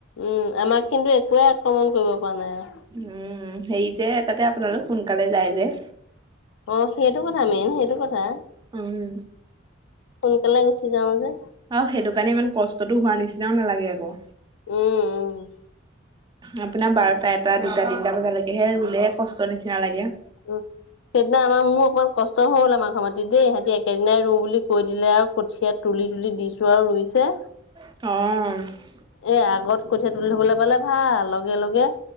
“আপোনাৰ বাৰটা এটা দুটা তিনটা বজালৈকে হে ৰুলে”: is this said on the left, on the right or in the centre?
Right